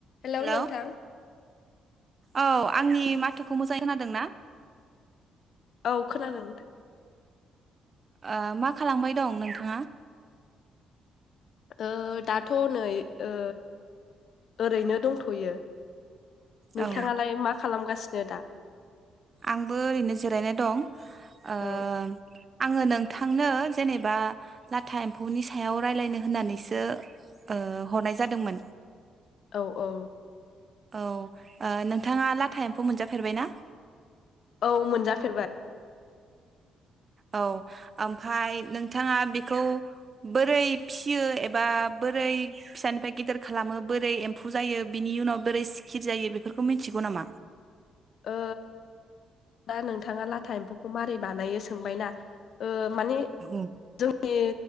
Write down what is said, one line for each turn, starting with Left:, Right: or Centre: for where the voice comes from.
Left: हेलौ‌
Right: हेलौ
Left: नोंथां।
Right: औ आंनि माथोखौ मोजांङै खोनादों ना।
Left: औ खोनादों नोंथां।
Right: ओ मा खालामबाय दं नोंथाङा।
Left: ओ दाथ' नै ओ ओरैनो दंथ'यो। नोंथाङालाय
Right: औ
Left: मा खालामगासि नो दा?
Right: आंबो ओरैनो जिरायनाय दं ओ
Left: औ
Right: आङो नों थांनो जेनेबा लाथा एम्फौनि सायाव रायलानो होननानैसो ओ हरनाय जादोंमोन।
Left: औ औ।
Right: औ ओ नोंथाङा लाथा एम्फौ मोनजाफेरबायना?
Left: औ मोनजाफेरबाय।
Right: औ ओमफाय नोंथाङा बेखौ बोरै फिसियो एबा बोरै फिसानिफ्राय गिदिर खालामो बोरै एम्फौ जायो बिनि उनाव बोरै सिखिर जायो बेफोरखौ मिथिगौ नामा?
Left: ओ दा नोंथाङा लाथा एम्फौखौ मा रै बानायो सोंबायना माने
Right: औ
Left: जोंनि